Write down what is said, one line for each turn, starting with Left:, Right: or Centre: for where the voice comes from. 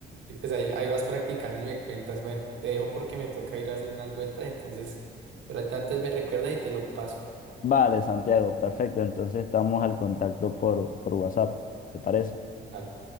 Right: Y pues ahí, ahí vas practicando y me cuentas, bueno, te dejo porque me toca ir a hacer unas vueltas, entonces, pero antes me recuerdas y te lo paso.
Left: Vale, Santiago, perfecto. Entonces estamos al contacto por, por WhatsApp, ¿te parece?
Right: Vale.